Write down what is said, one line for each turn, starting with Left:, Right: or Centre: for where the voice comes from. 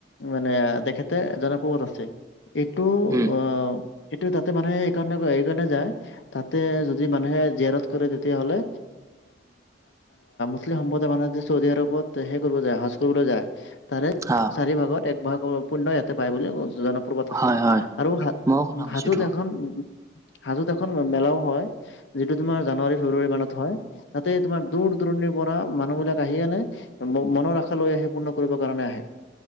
Left: মানে দেখেতে জনপহত আছে। এইটো
Right: উম উম
Left: অ এইটো তাতে মানুহে এইকাৰণে এই কাৰণে যায় তাতে। মান জ কৰে তেতিয়ালে। সম্প্ৰদায়ানেশ চৌদি আৰবত সে কৰিব যায় স্ৰজ কৰিবলৈ যায় তাৰে
Right: হা
Left: চাৰি ভাগত এক ভাগ পুণ্য ইয়াতে পায় বুলি জনপৰ্বত আছে
Right: হয় হয়
Left: আৰু হ
Right: মইও শুনা পাইছো
Left: হাজোত
Right: এইটো
Left: এখন। হাজত এখন মেলাও হয় যিটো তোমাৰ জানুৱাৰী ফেব্ৰুৱাৰী মানত হয়। তাতে তোমাৰ দূৰ দূৰণি পৰা। মানুহ বিলাক আহিয়েনে মনৰ আশা লৈ আহি পূৰ্ণ কৰিবৰ কাৰণে আহে।